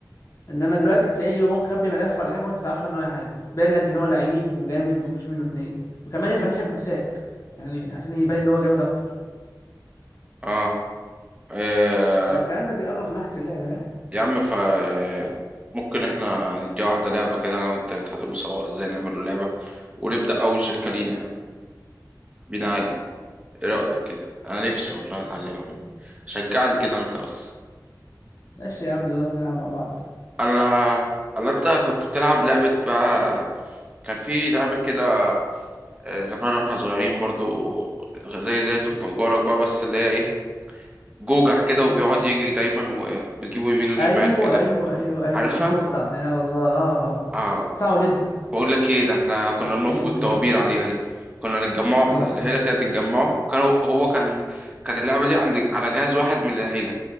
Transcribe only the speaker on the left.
انما دلوقتي تلاقيه هو مخبي ملف ولا حاجه وانت ما تعرفش عنه اي حاجه وتبان لك ان هو لعيب وجامد ومفيش منه اتنين وكمان يفنشك بوكسات يعني عشان يبان ان هو جامد اكتر
فالكلام ده بيقرف الواحد في اللعبه يعني
آه،
عادي
مفيش مشكله
ماشي يا عم نبقى نقعد نلعب مع بعض
م.
ايوه
ايوه ايوه ايوه
الضفدع يا الله اه اه
صعبه جدا
صعبه جدا
جدا
اه والله